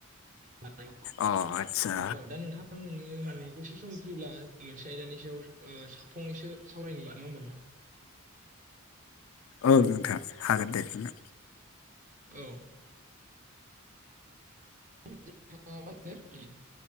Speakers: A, on the right; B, on the left.
A: दङ
B: अ आदसा
A: औ दा नोंथां नोङो <unintelligible> माने दसे सम फैब्ला जों मोनसे आयदानि सायाव ओ साव फंनैसो सावरायनि नंङा होमबा नोंथां
B: औ नोंथां हागोन दे
A: अ
B: नोंथां
A: औ ओ माने <inaudible>